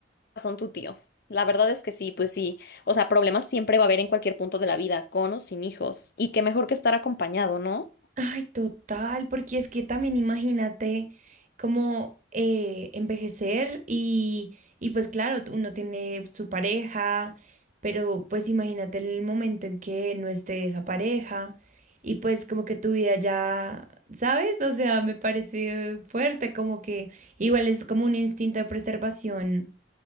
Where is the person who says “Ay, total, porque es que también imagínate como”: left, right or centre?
Right